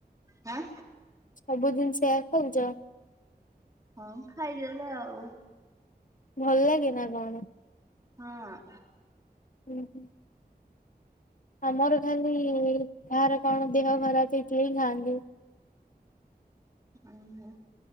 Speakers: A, on the right (about 20°); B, on the left (about 55°).
A: ହଁ।
B: ସବୁଦିନି ସେଇଆ ଖାଉଛ।
A: ହଁ ଖାଇଦେଲେ ଆଉ।
B: ଭଲ ଲାଗେ ନା କଣ।
A: ହଁ।
B: ହୁଁ ହୁଁ। ଆମର ଖାଲି କାହାର କଣ ଦେହ ଖରାପ ହେଇଥିଲେ ହେଁ ଖାଆନ୍ତି।
A: ଓହୋ।